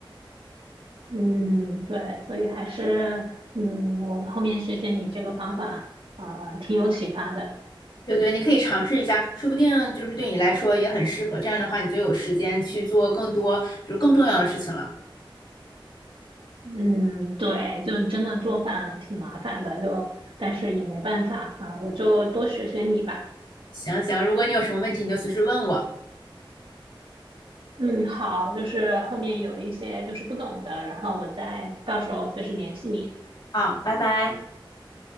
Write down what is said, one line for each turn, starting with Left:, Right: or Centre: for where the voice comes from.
Right: 嗯，对，所以还是，嗯，我后面学学你这个方法，呃，挺有启发的。
Left: 对对，你可以尝试一下，说不定就是对你来说也很适合。这样的话，你就有时间去做更多就是更重要的事情了。
Right: 嗯，对，就真的做饭挺麻烦的，就但是也没办法啊，我就多学学你吧。
Left: 行行，如果你有什么问题，你就随时问我。
Right: 嗯，好，就是后面有一些就是不懂的，然后我再到时候随时联系你。
Left: 好，拜拜。